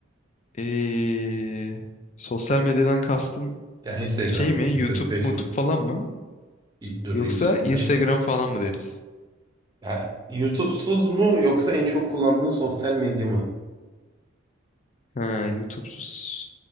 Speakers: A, on the left; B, on the right.
A: Ee, sosyal medyadan kastın
B: Ya Instagram,
A: şey mi?
B: Twitter,
A: YouTube,
B: Facebook,
A: YouTube falan mı?
B: y- dur
A: Yoksa
B: YouTube.
A: Instagram
B: Şey,
A: falan mı deriz?
B: Ya, YouTube'suz mu yoksa en çok kullandığın sosyal medya mı?
A: Ha, YouTube'suz.